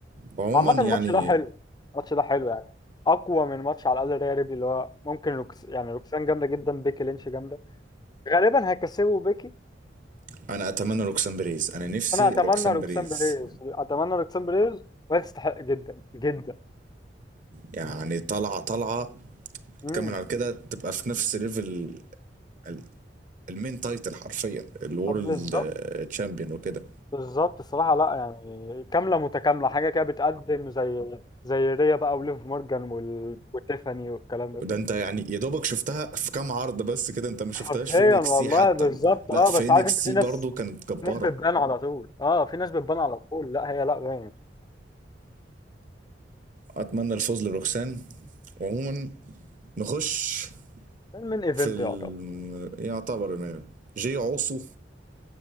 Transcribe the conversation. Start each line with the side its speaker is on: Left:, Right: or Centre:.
Right: وعموما
Left: عامة
Right: يعني
Left: الماتش ده حلو الماتش ده حلو يعني اقوى من ماتش على الاقل ريال ريبلي اللي هو ممكن روكس يعني روكسان جامده جدا بيكي لينش جامده غالبا هيكسبوا بيكي
Right: انا اتمنى روكسان بريز انا نفسي
Left: انا اتمنى
Right: روكسان
Left: روكسان
Right: بريز
Left: بريز اتمنى روكسان بريز وهي تستحق جدا جدا
Right: يعني طالعة طالعة
Left: امم
Right: تكمل على كده تبقى في نفس ليفل ال- المين تايتل حرفيا الورلد
Left: طب بالظبط
Right: تشامبيون وكده
Left: بالظبط الصراحة لا يعني كاملة متكاملة حاجة كده بتقدم زي زي ريا بقى وليف مورجان وال... وتيفاني والكلام ده
Right: ده
Left: كله
Right: انت يعني يا دوبك شفتها في كام عرض بس كده انت ما شفتهاش
Left: حرفيا
Right: في انكس
Left: والله
Right: سي حتى
Left: بالظبط
Right: لا
Left: اه
Right: في
Left: بس
Right: انكس
Left: عارف انت في
Right: سي
Left: ناس
Right: برضه كانت جبارة
Left: في ناس بتبان على طول اه في ناس بتبان على طول لا هي لا باين
Right: اتمنى الفوز لروكسان وعموما نخش
Left: من ايفنت
Right: في ال...
Left: يعتبر
Right: يعتبر المين إيفنت. جي عوصو